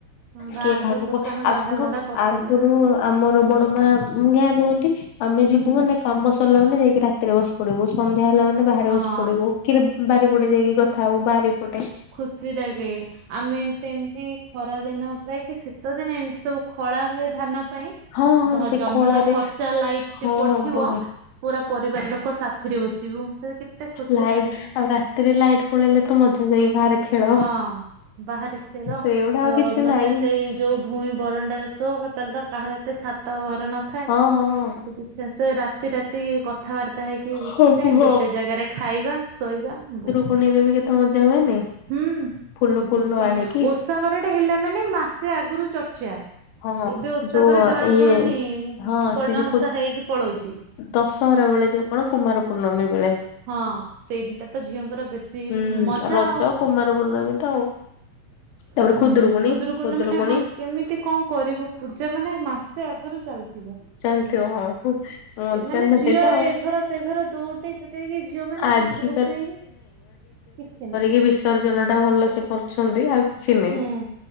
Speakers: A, on the right; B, on the left.
A: ହଁ ଗାଁରେ
B: କିଏ କାହାକୁ
A: ଦୋକାନ
B: କ ଆଗରୁ
A: ଗଣ୍ଡା ଗଣ୍ଡା କରିସାରିଲେଣି
B: ଆଗରୁ ଆମର ବଡ଼ ମା ଗାଁରେ ରୁହନ୍ତି। ଆମେ ଯିବୁ
A: ହୁଁ
B: ମାନେ କାମ ସରିଲା ମାନେ ଯାଇକି ରାତିରେ ବସି ପଡ଼ିବୁ ସନ୍ଧ୍ୟା ହେଲା ମାନେ ବାହାରେ
A: ହଁ
B: ବସି ପଡ଼ିବୁ କିରେ
A: ବସ
B: ବାରି
A: ଗୋଟେ
B: ପଡେ ଯାଇକି ବ ଥାଉ ବାରି ପଟେ
A: ଖୁସି ଲାଗେ ଆମେ ଏମତି ଏମିତି ଖରାଦିନ ପ୍ରାୟ କି ଶୀତ ଦିନ ଏମିତି ସବୁ ଖଳା ହୁଏ ଧାନ ପାଇଁ
B: ହଁ ହଁ
A: ଧ
B: ସେ
A: ଜହ୍ନର
B: ଖଳାରେ
A: ଫର୍ଚା ଲାଇଟ୍
B: ହଁ
A: ପଡ଼ିଥିବ।
B: ବଢିଆ
A: ପୁରା ପରିବାର ଲୋକ ସାଥିରେ ବସିବୁ। ସେ କେତେ ଖୁସି
B: ଲାଇଟ୍
A: ଲାଗେ
B: ଆଉ ରାତିରେ ଲାଇଟ୍ ପଳେଇଲେ ତ ମଜା ଯାଇ ବାହାରେ ଖେଳ
A: ହଁ ବାହାରେ ଖେଳ
B: ସେଗୁଡା
A: ଅ
B: ଆଉ କିଛି
A: ମାନେ
B: ନାଇଁ
A: ସେଇ ଯୋଉ ଭୂଇଁ ବରଣ୍ଡାରେ ଶୋ ହେତେଳେତ କାହାର ଏତେ ଛାତ ଘର ନଥାଏ
B: ହଁ ହଁ।
A: ହେଟି ବିଛାସୋ ରା ରାତି ରାତି କଥାବାର୍ତ୍ତା ହେଇକି ବିତିଯାଏ
B: ହଁ କୁହ।
A: ଗୋଟେ ଜାଗାରେ ଖାଇବା ଶୋଇବା ବୋ
B: ପୂନେଇରେ ବି କେତେ ମଜା ହୁଏନି।
A: ହୁଁ
B: ଫୁଲ
A: ଖୁଦୁରୁକୁଣୀ
B: ଫୁଲ ଆଣିକି
A: ଓଷା ବାରଟା ହେଲା ମାନେ ମାସେ ଆଗରୁ ଚର୍ଚ୍ଚା।
B: ହଁ
A: ଏବେ ଓଷାପରେ
B: ଯୋଉ
A: ଜଣା
B: ଇଏ
A: ପଡ଼ୁନି
B: ହଁ
A: ଫଡନ୍
B: ସେ ଯୋଉ ଖୁ
A: ଓଷା ହେଇକି ପଳଉଚି।
B: ଦଶହରା ବେଳେ ଯୋଉ କଣ କୁମାର ପୂର୍ଣ୍ଣିମା ବେଳେ।
A: ହଁ ସେଇ ଦିଟା ତ ଝିଅଙ୍କର ବେଶୀ
B: ହୁଁ
A: ମଜା
B: ରଜ
A: ଆଉ।
B: କୁମାର ପୂର୍ଣ୍ଣମୀ ତ ଆଉ ତାପରେ
A: ଉମ୍
B: ଖୁଦୁରୁକୁୁଣୀ
A: ଖୁଦୁରୁକୁଣୀ
B: ଖୁଦୁରୁକୁୁଣୀ
A: ଟା ମାନେ ହଁ କେମିତି କଣ କରିବୁ ପୂଜା ମାନେ ମାସେ ଆଗରୁ ଚାଲ୍ ଥିବ
B: ଚାଲିଥିବ ହଁ ମଜା
A: ମାନେ
B: ନା
A: ଝିଅ
B: ସେଇଟା ଆଉ
A: ଏ ଘର ସେ ଘର ଦୋଉଟି ଏଇ ଝିଅ ମାନେ
B: ଆଜି
A: ଗ୍ରୁପ ହେଇକି କିଛି ନାହିଁ।
B: ଏଇ ବିସର୍ଜନ ଟା ଭଲ ସେ କରୁଚନ୍ତି ଆଉ କିଛି ନାଇଁ।
A: ହୁଁ